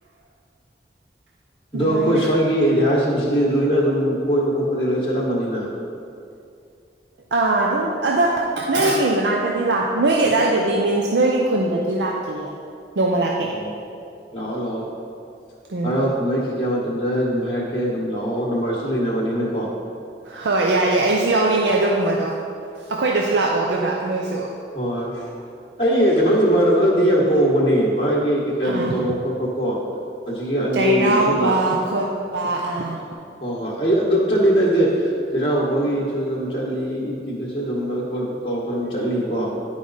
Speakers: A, on the right (about 75°); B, on the left (about 30°).
A: ꯑꯗꯨꯃꯥꯏꯅ
B: ꯑꯗꯣ ꯑꯩꯈꯣꯏ ꯁ꯭ꯋꯥꯏꯒꯤ ꯑꯦꯔꯤꯌꯥꯁꯤꯡꯁꯤꯗꯤ ꯂꯣꯏꯅ ꯑꯗꯨꯝ ꯀꯣꯏꯕ ꯈꯣꯠꯄꯗꯤ ꯂꯣꯏ ꯆꯠꯂꯝꯃꯅꯤꯅ
A: ꯑ ꯑꯗꯨ ꯑꯗ ꯅꯣꯏꯒꯤ ꯃꯅꯥꯛꯇꯗꯤ ꯅꯣꯏꯒꯤ ꯑꯗꯥꯋꯥꯏꯗꯗꯤ ꯃꯤꯟꯁ ꯅꯣꯏꯒꯤ ꯈꯨꯟꯗꯗꯤ ꯂꯥꯛꯇ꯭ꯔꯤꯌꯦ ꯅꯣꯡꯃ ꯂꯥꯛꯀꯦ
B: ꯎꯝ ꯂꯑꯣ ꯂꯑꯣ
A: ꯎꯝ
B: ꯍꯔꯥꯎ ꯀꯨꯝꯍꯩ ꯀꯩꯀꯥ ꯃꯇꯝꯗ ꯑꯩ ꯑꯗꯨꯝ ꯍꯥꯏꯔꯛꯀꯦ ꯑꯗꯨꯝ ꯂꯥꯛꯑꯣ ꯅꯝꯕꯔꯁꯨ ꯂꯩꯅꯕꯅꯤꯅ ꯀꯣ
A: ꯍꯣꯏ ꯌꯥꯏꯌꯦꯦ ꯑꯩꯁꯨ ꯌꯥꯎꯅꯤꯡꯉꯦ ꯑꯗꯨꯒꯨꯝꯕꯗꯣ ꯑꯩꯈꯣꯏꯗꯁꯨ ꯂꯥꯛꯑꯣ ꯑꯗꯨꯒ ꯅꯣꯏꯁꯨ
B: ꯍꯣꯏ ꯑꯩ ꯀꯩꯅꯣ ꯏꯃꯥꯟꯅꯕꯅꯗꯤ ꯌꯥꯝ ꯀꯧꯕꯅꯦ ꯃꯥꯒꯤ ꯀꯩꯀꯥ
A: ꯑꯥ
B: ꯑꯗꯨꯝ ꯇꯧꯕ ꯈꯣꯠꯄ ꯀꯣ ꯍꯧꯖꯤꯛꯀꯤ ꯑꯟꯗ꯭ꯔꯣꯒꯤꯗꯁꯨ
A: ꯆꯩꯔꯥꯎꯕ
B: ꯂ
A: ꯈꯣꯠꯄ ꯑꯥ
B: ꯍꯣꯏ ꯍꯣꯏ ꯑꯩ ꯑꯗꯨꯝ ꯆꯠꯂꯤ ꯇꯇꯦ ꯆꯩꯔꯥꯎꯕꯒꯤꯁꯨ ꯑꯗꯨꯝ ꯆꯠꯂꯤ ꯀꯤꯗꯨꯁꯨ ꯑꯗꯨꯝ ꯀꯧ ꯑꯗꯨꯝ ꯆꯠꯂꯤ ꯀꯣ